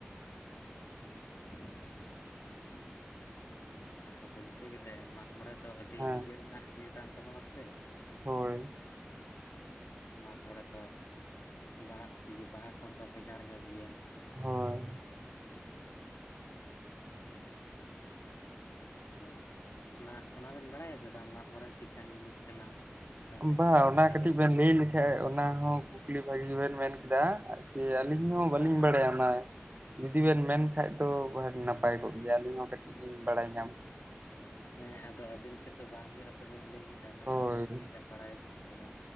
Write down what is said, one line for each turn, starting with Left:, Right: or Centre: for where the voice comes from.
Left: <inaudible> ᱟᱫᱚ ᱵᱚᱞᱛᱮ ᱜᱮᱞᱮ ᱢᱟᱜᱽ-ᱢᱚᱬᱮ ᱫᱚ ᱟᱹᱰᱤ
Right: ᱦᱮᱸ
Left: ᱤᱭᱟᱹ ᱨᱮᱱᱟᱜ ᱤᱭᱟᱹ ᱠᱟᱱ ᱛᱟᱵᱚᱱᱟ ᱥᱮ,
Right: ᱦᱳᱭ
Left: ᱢᱟᱜᱽ-ᱢᱚᱲᱮ ᱛᱚ ᱵᱟᱦᱟ ᱤᱭᱟᱹ ᱵᱟᱦᱟ ᱠᱷᱚᱱ ᱫᱚ ᱵᱷᱮᱜᱟᱨ ᱧᱚᱜ ᱜᱮᱭᱟ᱾
Right: ᱦᱳᱭ
Left: ᱟᱫᱚ ᱚᱱᱟ ᱚᱱᱟ ᱵᱮᱱ ᱵᱟᱲᱟᱭᱟ ᱥᱮ ᱵᱟᱝ ᱢᱟᱜᱽ ᱢᱚᱬᱮ ᱫᱚ ᱪᱮᱫ ᱞᱮᱠᱟᱱ ᱡᱤᱱᱤᱥ ᱠᱟᱱᱟ? ᱛᱟᱦᱚᱞᱮ
Right: ᱚᱠᱩ ᱵᱟ ᱚᱱᱟ
Left: ᱟᱵᱮᱱ
Right: ᱠᱟᱹᱴᱤᱡ
Left: ᱥᱮᱫ
Right: ᱵᱮᱱ ᱞᱟᱹᱭ ᱞᱮᱠᱷᱼᱼ ᱷᱟᱡ ᱚᱱᱟ ᱦᱚᱸ ᱠᱩᱠᱞᱤ ᱵᱷᱟᱹᱜᱤ ᱵᱮᱱ ᱢᱮᱱ ᱠᱮᱫᱟ ᱡᱮ ᱟᱹᱞᱤᱧ ᱦᱚᱸ ᱵᱟᱹᱞᱤᱧ
Left: ᱵᱟ
Right: ᱵᱟᱲᱟᱭᱟ
Left: ᱟᱫᱚ
Right: ᱚᱱᱟᱼᱼ ᱡᱩᱫᱤ ᱵᱮᱱ ᱢᱮᱱ ᱠᱷᱟᱡ ᱫᱚ ᱱᱟᱯᱟᱭ ᱠᱚᱜ ᱜᱮᱭᱟ ᱟᱹᱞᱤᱧ ᱦᱚᱸ ᱠᱟᱹᱴᱤᱡ ᱞᱤᱧ ᱵᱟᱲᱟᱭ ᱧᱟᱢ ᱠᱮᱭᱟ᱾
Left: ᱦᱮᱸ ᱟᱫᱚ ᱟᱹᱵᱤᱱ ᱥᱮᱫ ᱫᱚ ᱵᱟᱝ ᱦᱩᱭᱩᱜ-ᱟ ᱛᱚᱵᱤᱱ ᱞᱟᱹᱭ ᱠᱮᱫᱟ, ᱟᱫᱚ
Right: ᱦᱳᱭ
Left: ᱚᱱᱟ ᱛᱮᱞᱤᱧ ᱞᱟᱹᱭ ᱮᱫᱟ ᱡᱮ ᱵᱟᱲᱟᱭ ᱟᱹᱵᱤᱱ ᱥᱮ ᱵᱟᱝ?